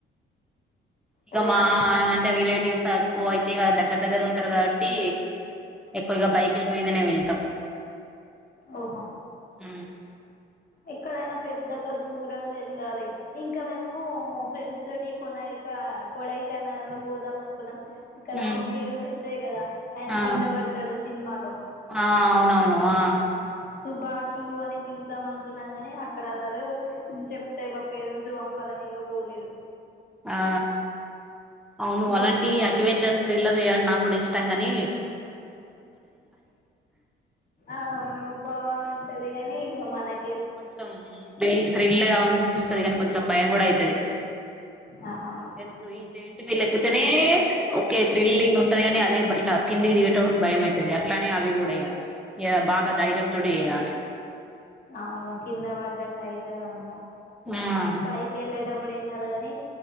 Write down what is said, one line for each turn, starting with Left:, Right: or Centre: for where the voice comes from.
Centre: ఇక
Left: ట్రైన్
Centre: మా అంటే రిలేటివ్స్ ఎక్కువ అయితే దగ్గర దగ్గర ఉంటారు కాబట్టి ఎక్కువగా బైక్ల మీదనే వెళతాం
Left: ఓహో
Centre: ఉ
Left: ఎక్కడైనా పెద్దగా దూరంగా వెళ్ళాలి ఇంకా మేము ఫ్రెండ్స్ తోటి కొనాయిక కోడాయికెనాలు పోదాం అనుకున్నాం ఇక్కడ
Centre: ఉమ్
Left: ఒక కేవ్స్ ఉంటాయి కదా ఆయన
Centre: ఆ
Left: కింద పడతాడు సినిమాలో
Centre: ఆ అవునవును ఆ
Left: సుభాషు అని పిలుదాం అనుకున్నాం కని అక్కడ అసలు చెప్తే మా పేరెంట్స్ పంపారని ఇగా పోలేదు
Centre: ఆ అవును అలాంటి
Left: బాగుంటుంది
Centre: అడ్వెంచర్స్ త్రిల్లర్ చేయాలంటే నాకు కూడా ఇష్టంగాని
Left: అవును బాగుంటది కాని ఇక మనకి
Centre: కొంచెం థ్రిల్ థ్రిల్ గా ఉనిపిస్తుంది కానీ కొంచెం భయం కూడా అయితది
Left: ఆ అవును
Centre: ఎందుకో ఈ జెంట్ విల్ ఏక్ ఎకుతనే ఓకే త్రీల్లింగ్ ఉంటది కానీ అదే ఇట్లా కిందికి దిగేటపుడు భయంమయి అట్లనే అవి కూడా ఇగ బాగా ధైర్యంతోటి చేయాలి
Left: అవును కింద వడ్డటు అయితే అంత
Centre: ఆ
Left: పైకి వెళ్ళేటప్పుడు ఏం కదుగాని